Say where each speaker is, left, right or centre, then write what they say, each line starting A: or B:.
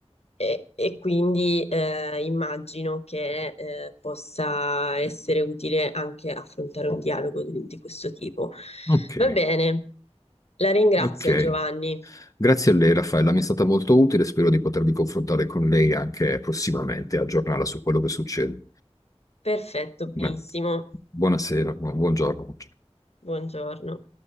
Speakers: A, on the left (about 70°); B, on the left (about 30°).
A: e, e quindi eh, immagino che eh, possa essere utile anche affrontare un dialogo di, di questo tipo.
B: ok,
A: Va bene, la ringrazio
B: ok.
A: Giovanni.
B: Grazie a lei, Raffaella, mi è stata molto utile, spero di potermi confrontare con lei anche prossimamente, e aggiornarla su quello che succede.
A: Perfetto, benissimo.
B: Bene. Buonasera, buongiorno.
A: Buongiorno.